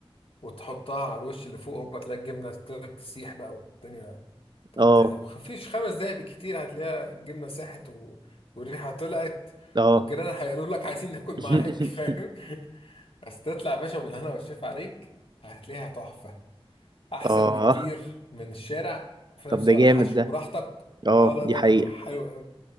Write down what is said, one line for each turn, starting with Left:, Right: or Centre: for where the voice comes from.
Left: وتحطها على الوش اللي فوق هوبا تلاقي الجبنة ابتدت تسيح بقى والدنيا تفتح
Right: اه
Left: لو مفيش خمس دقايق بالكتير هتلاقيها الجبنة ساحت و... والريحة طلعت
Right: اه
Left: والجيران هيقولوا لك عايزين ناكل معاك
Right: <laughs>
Left: فاهم <laughs> بس تطلع يا باشا بالهنا والشيف عليك هتلاقيها تحفة أحسن
Right: اه
Left: بكتير من الشارع وفي نفس
Right: طب ده
Left: الوقت
Right: جامد
Left: حشو
Right: ده
Left: براحتك
Right: اه
Left: اه لا
Right: دي
Left: لا
Right: حقيقة
Left: لا حلو أوي